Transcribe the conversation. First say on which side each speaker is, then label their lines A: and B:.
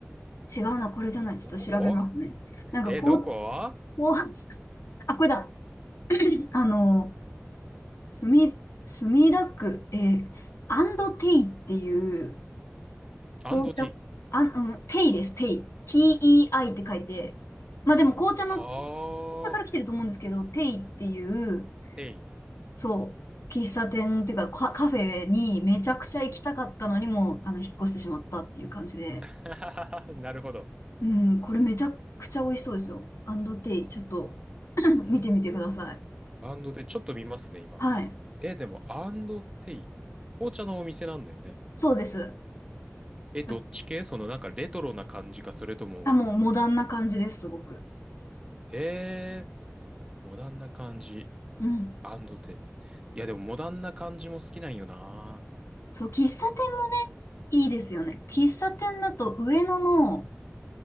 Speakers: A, on the left; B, on the right.
A: 違うな、これじゃない。ちょっと調べますね。
B: どこ
A: なんかこう、
B: え、どこ
A: こう、<laughs> あ、これだ。あの、墨、墨田区、えーアンドテイっていう紅茶、
B: アンドティー。
A: あ、うん、テイです、テイ。T-E-I って書いて。まあでも紅茶の、
B: あー、
A: 紅茶から来てると思うんですけど、テイっていう、
B: テイ。
A: そう、喫茶店っていうか、カカフェにめちゃくちゃ行きたかったのにもあの、引っ越してしまったっていう感じで。
B: <laughs> なるほど。
A: うん、これめちゃくちゃ美味しそうですよ。アンドテイ、ちょっと <clears throat>
B: 本当
A: 見てみてください。
B: アンドで、ちょっと見ますね、今。
A: はい。
B: え、でも、アンドテイ。紅茶のお店なんだよね。
A: そうです。
B: え、どっち系そのなんかレトロな感じか、
A: だ
B: それとも、
A: あ、もうモダンな感じです、すごく。
B: へえ、モダンな感じ、
A: うん。
B: アンドテ。いや、でもモダンな感じも好きなんよな。
A: そう、喫茶店もねいいですよね。喫茶店だと上野の